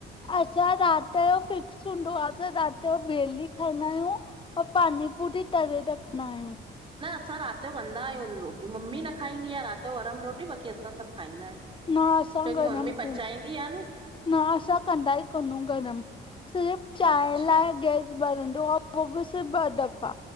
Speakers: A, on the left; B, on the right.
A: असां राति यो फिक्स हुंदो आ असां राति यो भेल ही खाईंदा आहियूं। अंउ पानी पूरी तरे रखदा आहियूं।
B: न असां राति ॼो कंदा आहियूं रो रोटी मम्मी न खाईंदी आ राति ॼो गरम रोटी बाक़ी असां सब खाईंदा आहियूं। क्योंकि
A: न असां गरम
B: मम्मी पचाईंदी आ न।
A: न असां कन्दा ई कोन्ह आहियूं गरमु, सिर्फ़ु चांहि
B: अच्छा
A: लाये गैस ॿरंदो आ उहो भी सिर्फ ॿ दफ़ा,